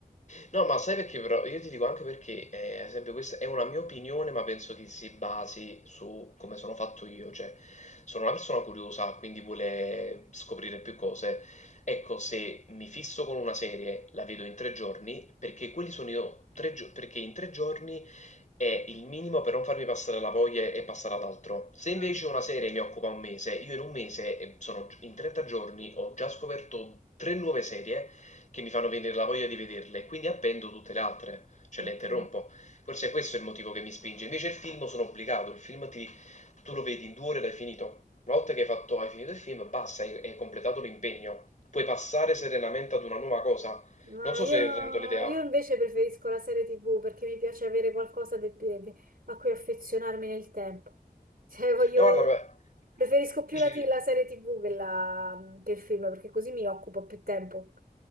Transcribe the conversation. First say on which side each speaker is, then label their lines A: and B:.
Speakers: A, on the left; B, on the right.
A: No, ma sai perché però? Io ti dico anche perché, eh, ad esempio, questa è una mia opinione, ma penso che si basi su come sono fatto io, cioè sono una persona curiosa, quindi vuole scoprire più cose. Ecco, se mi fisso con una serie, la vedo in tre giorni, perché quelli sono io, tre gio- perché in tre giorni è il minimo per non farmi passare la voglia e passare ad altro. Se invece
B: Ah,
A: una serie mi occupa un mese, io in un mese, eh, sono in 30 giorni, ho già scoperto tre nuove serie che mi fanno venire la voglia di vederle e quindi appendo tutte le altre, cioè
B: ok.
A: le interrompo. Forse questo è il motivo che mi spinge. Invece il film sono obbligato, il film ti, tu lo vedi in due ore e l'hai finito. Una volta che hai fatto, hai finito il film, basta, hai, hai completato l'impegno. Puoi passare serenamente ad una nuova cosa.
B: No,
A: Non so
B: io,
A: se rendo l'idea.
B: io invece preferisco la serie TV perché mi piace avere qualcosa de- de- a cui affezionarmi nel tempo. <laughs> Cioè, voglio...
A: No, guarda, beh,
B: Preferisco più
A: dici,
B: la, ti-
A: di.
B: la serie TV che, la- che il film perché così mi occupo più tempo.